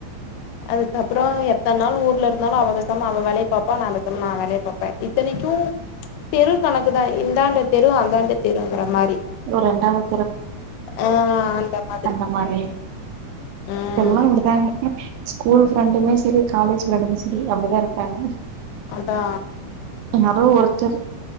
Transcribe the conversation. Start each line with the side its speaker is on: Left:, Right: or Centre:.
Left: அதுக்கப்பற எத்தன நாள் ஊர்ல இருந்தாலு அவ பேசாம அவ வேலய பாப்ப நா வேலய பார்ப்ப இத்தனைக்கும் தெரு கணக்குதா இந்தாண்ட தெரு அந்தாண்ட தெருங்கிற மாதிரி
Right: ரெண்டாவது
Left: ஆ அந்த மாதிரி
Right: இந்த மாதிரி
Left: உம்
Right: இப்ப எல்லா இப்டிதாங்க ஸ்கூல் ஃப்ரெண்டுமே சரி காலேஜ் ஃப்ரண்டுமே சரி அப்டிதா இருக்காங்க.
Left: அதா
Right: யாரோ ஒருத்தர்